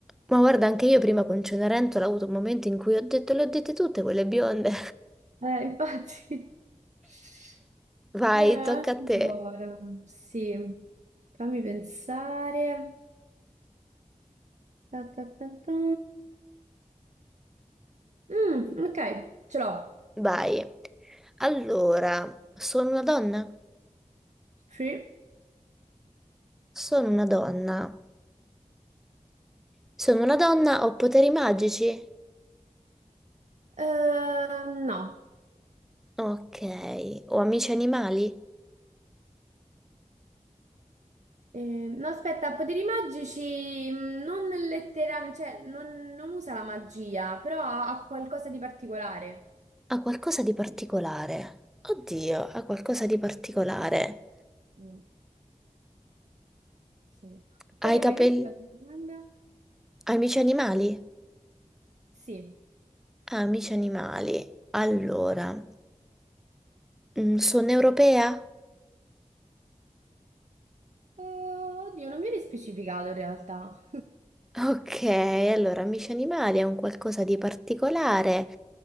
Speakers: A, in the centre; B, on the right (about 65°).
A: Ma guarda, anche io prima con Cenerentola ho avuto un momento in cui ho detto, le ho dette tutte quelle bionde.
B: Eh, infatti. <laughs>
A: <laughs> Vai,
B: Eh,
A: tocca a
B: allora,
A: te.
B: sì, fammi pensare. Ta ta ta ta. Mm, ok, ce l'ho.
A: Vai. Allora, sono una donna?
B: Sì.
A: Sono una donna. Sono una donna, ho poteri magici?
B: Ehm, no.
A: Ok, o amici animali?
B: Ehm, no, aspetta, poteri magici mm, non letteralmente, cioè non, non usa la magia, però ha, ha qualcosa di particolare.
A: Ha qualcosa di particolare. Oddio, ha qualcosa di particolare.
B: Mm, sì. Poi
A: Ha i
B: che
A: capelli...
B: mi hai detto? Altra domanda?
A: Ha amici animali?
B: Sì.
A: Ha amici animali. Allora, mm, sono europea?
B: Eh, oddio, non viene specificato in realtà.
A: Ok, allora, amici animali è un qualcosa di particolare.